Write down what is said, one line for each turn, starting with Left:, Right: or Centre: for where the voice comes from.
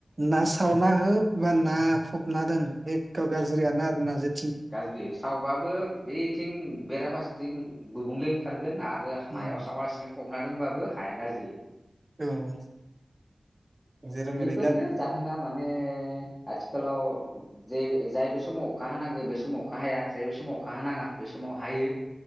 Right: ना सावना हो बा ना फबना दोन एख गाज्रियानो आरो ना जे
Centre: गाज्रि सावबाबो बेथिं बेराफारस थिं गुबुंले ओंखारगोन आरो हायाव
Right: उम
Centre: सावालासिनो फबना दोनबाबो हाया गाज्रि
Right: औ जेरै मेरै
Centre: बेफोरनि
Right: गा
Centre: जाहोना माने ने आथिखालाव जे जाय बे समाव अखा हानांगौ बे समाव अखा हाया जाय बे समाव अखा हानाङा बे समाव हायो